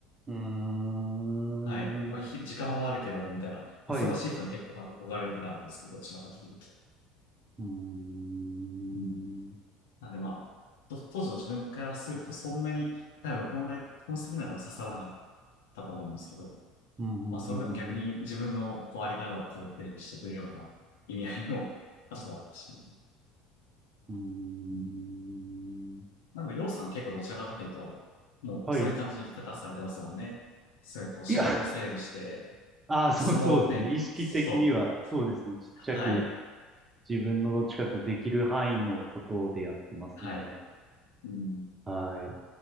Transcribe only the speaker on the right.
ーん。
はい。
う
ーん。
うん、
うん、
うん、うん。うん。
うーん
はい。
いや、<laughs> ああ、そう、
そうですね。意識的には、
そうですね。ちっちゃく、
自分のどっちかとできる範囲のことでやってますね。
はい。